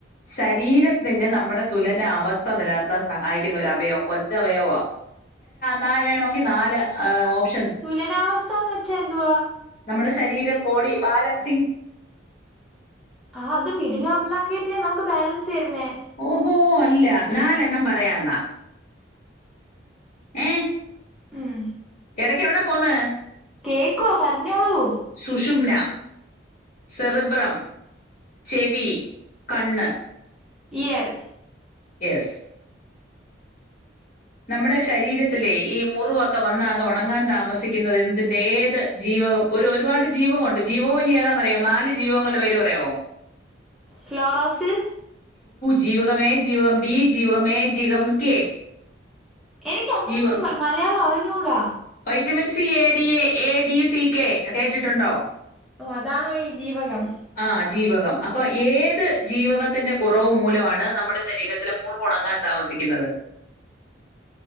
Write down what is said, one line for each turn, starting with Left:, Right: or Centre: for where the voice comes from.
Left: ശരീരത്തിന്റെ നമ്മുടെ തുലന അവസ്ഥ നിലനിർത്താൻ സഹായിക്കുന്ന ഒരു അവയവം പോ ഞ്ച് അവയവവ നാല് വേണെങ്കിൽ നാല് ഹ് ഓപ്
Centre: തുലനാവസ്ഥന്ന് വെച്ചാ എന്തുവാ
Left: നമ്മുടെ ശരീരം ബോഡി ബാലൻസിംഗ്
Centre: ആ അത് മെഡുള്ള ഓബ്ലോംഗട്ട നമുക്ക് ബാലൻസ് തരുന്നേ
Left: ഓഹോ അല്ല നാലെണ്ണം പറയ എന്ന ഏ
Centre: ഉം
Left: ഇടയ്ക്കെവിടെ പോന്ന്
Centre: കേക്കുവാ പറഞ്ഞോളൂ
Left: സുഷുംന സെറിബ്രം ചെവി കണ്ണ്
Centre: ഇയർ
Left: യെസ് നമ്മടെ ശരീരത്തിലെ ഈ മുറിവൊക്കെ വന്ന അത് ഉണങ്ങാൻ താമസിക്കുന്നത് എന്തിൻ്റെ ഏത് ജീവകം ഒരു ഒരുപാട് ജീവകമുണ്ട് ജീവകവും ഇനി ഏതാന്നറിയോ നാല് ജീവകങ്ങളുടെ പേര് പറയാവോ
Centre: ക്ലോറോഫിൽ
Left: ജീവകം എ ജീവകം ഡി ജീവകം എ ജീവകം കെ
Centre: എനിക്ക് അങ്ങനെന്നും
Left: ജീവ
Centre: മലയാളം അറിഞ്ഞ ഞ്ഞൂട
Left: vitamin C A D A A D C K കേട്ടിട്ടുണ്ടോ
Centre: ഓ അതാണോ ഈ ജീവകം
Left: ആ ജീവകം അപ്പൊ ഏത് ജീവകത്തിന്റെ കുറവ് മൂലമാണ് നമ്മടെ ശരീരത്തിലെ മുറിവു ഉണങ്ങാൻ താമസിക്കുന്നത്